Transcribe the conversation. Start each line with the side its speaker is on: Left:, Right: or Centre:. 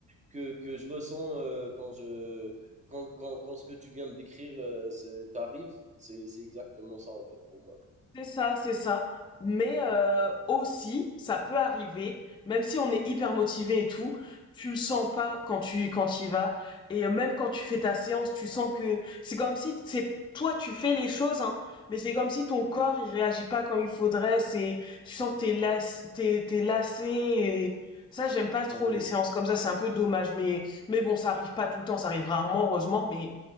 Right: que, que je ressens euh, quand je, quand, quand, quand ce que tu viens de décrire euh, c'est- t'arrive. C'est, c'est exactement ça, en fait, pour moi.
Left: C'est ça, c'est ça. Mais euh, aussi, ça peut arriver, même si on est hyper motivé et tout, tu le sens pas quand tu quand tu y vas. Et euh, même quand tu fais ta séance, tu sens que c'est comme si c'est toi tu fais les choses, hein, mais c'est comme si ton corps il réagit pas comme il faudrait. C'est tu sens que t'es las t'es t'es lassé. Et ça j'aime pas trop
Right: Oui.
Left: les séances comme ça. C'est un peu dommage, mais mais bon ça arrive pas tout le temps, ça arrive rarement heureusement, mais